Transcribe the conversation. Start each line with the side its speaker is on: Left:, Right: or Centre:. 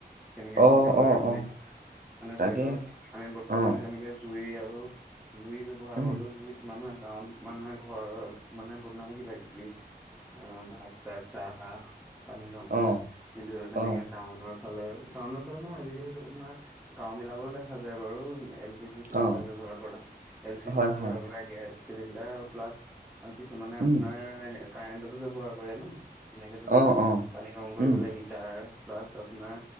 Centre: কেনেকে
Right: অ',
Centre: চিন্তা কৰে।
Right: অ', অ',
Centre: মানে
Right: তাকে
Centre: ধৰি লওক আমি বৰ্তমান
Right: অ',
Centre: যেনেকে জুই আৰু জুই ব্যৱহাৰ
Right: উম,
Centre: কৰো জুইত মানুহে গাঁৱত মানুহে ঘৰত মানে বনাই কিবা কিবি অ' ভাত ছাত চাহ তাহ পানি
Right: অ',
Centre: কিন্তু তেনেকে
Right: অ',
Centre: টাউনৰ ফালে টাউনৰ ফালে নহয় আজিকালি আপোনাৰ গাও বিলাকতো দেখা যায় বাৰু এলি জি চিলিণ্ডাৰ
Right: অ',
Centre: ব্যৱহাৰ কৰা এল পি
Right: হয়,
Centre: জি ব্যৱহাৰ
Right: হয়,
Centre: কৰা গেছ চিলিণ্ডাৰ প্লাছ আৰু কিছুমানে
Right: উম,
Centre: আপোনাৰ কাৰেণ্টতো ব্যৱহাৰ কৰে ন এনেকে ধৰণৰ
Right: অ', অ',
Centre: পানী গৰম কৰিবলে
Right: উম,
Centre: হিটাৰ প্লাছ আপোনাৰ